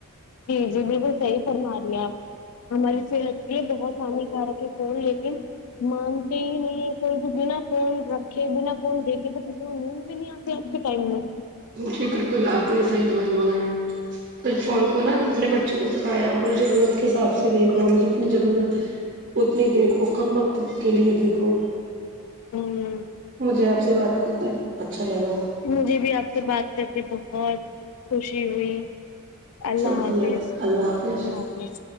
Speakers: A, on the left (about 80°); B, on the right (about 40°).
A: جی جی بالکل صحیح فرما رہی ہیں آپ ہماری صحت کے لیے بہت ہانیکارک ہے فون لیکن مانتے ہی نہیں ہے کوئی بھی بولو آپ فون رکھے بنا فون دیکھے تو نیند بھی نہیں آتی آج کے ٹائم میں
B: جی بالکل آپ نے صحیح فرمایا تو فون
A: ہوں
B: کو نا اپنے با چھک چکایا ہو اور ضرورت کے حساب سے دیکھو ہمیں جتنی ضرورت ہے اتنی دیکھو کم وقت کے لیے دیکھو
A: ہوں
B: مجھے آپ سے بات کر کے اچھا لگا
A: مجھے بھی آپ سے بات کر کے بہت خوشی ہوئی اللہ
B: شکریہ
A: حافظ
B: اللہ حافظ
A: اللہ حافظ